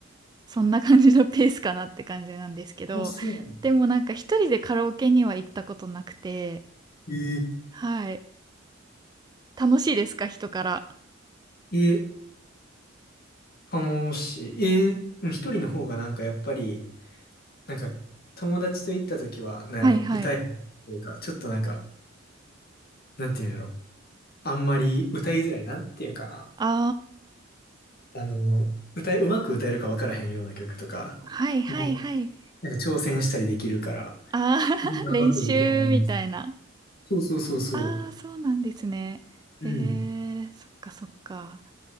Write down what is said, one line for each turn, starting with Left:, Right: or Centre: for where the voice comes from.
Right: そんな感じのペースかなって感じなんですけど、
Left: あ、そうなの。
Right: でもなんか一人でカラオケには行ったことなくて、
Left: ええ
Right: はい。楽しいですか人から。
Left: ええ、楽しい。ええ、でも一人の方がなんかやっぱり、なんか友達と行った時は、なんやろ、
Right: はいはい。
Left: 歌えるというか、ちょっとなんか、なんていうんやろ、あんまり歌いづらい、なんていうんかな。
Right: あ
Left: あの、歌え、うまく歌えるか分からへんような曲とか、
Right: あ、はいはいはい。
Left: もう、なんか挑戦したりできるから、
Right: ああ、<laughs>
Left: いいなって僕は思うんです。
Right: 練習みたいな。
Left: そうそうそうそう。
Right: ああ、そうなんですね。へえ、
Left: うん。
Right: そっかそっか。